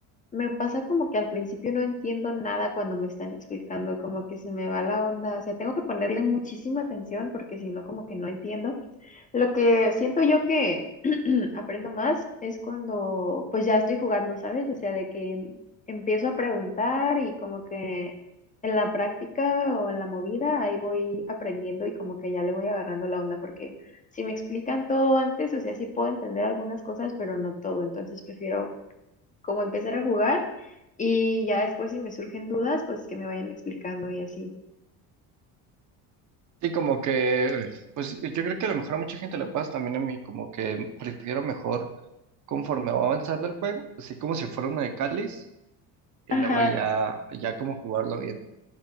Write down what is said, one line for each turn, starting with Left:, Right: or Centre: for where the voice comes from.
Left: Me pasa como que al principio no entiendo nada cuando me están explicando, como que se me va la onda, o sea, tengo que ponerle muchísima atención porque si no, como que no entiendo. Lo que siento yo que <clears throat> aprendo más es cuando pues ya estoy jugando, ¿sabes? O sea, de que em, empiezo a preguntar y como que en la práctica o en la movida ahí voy aprendiendo y como que ya le voy agarrando la onda porque si me explican todo antes, o sea, sí puedo entender algunas cosas, pero no todo, entonces prefiero como empezar a jugar y ya después si me surgen dudas, pues que me vayan explicando y así.
Right: Sí, como que, pues yo creo que a lo mejor a mucha gente le pasa también a mí, como que prefiero mejor conforme va avanzando el juego, así como si fuera una de cáliz y
Left: Ajá,
Right: luego ya, ya como jugarlo bien.